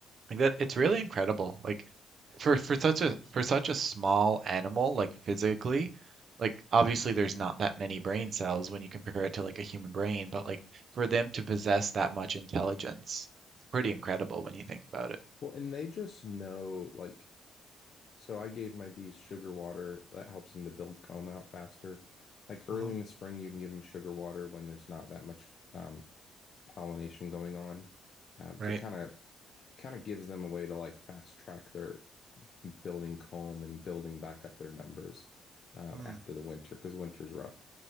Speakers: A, on the right (about 50°); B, on the left (about 55°).
A: like that it's really incredible. Like for for such a for such a small animal like physically, like obviously there's not that many brain cells when you compare it to like a human brain, but like for them to possess that much intelligence, it's pretty incredible when you think about it.
B: Well, and they just know like So I gave my bees sugar water that helps them to build comb out faster. Like early
A: Mhm.
B: in the spring, you can give them sugar water when there's not that much um, pollination going on um,
A: Right.
B: to kind of it kind of gives them a way to like fast track their building comb and building back up their numbers uh,
A: Mm,
B: after the winter because winter's rough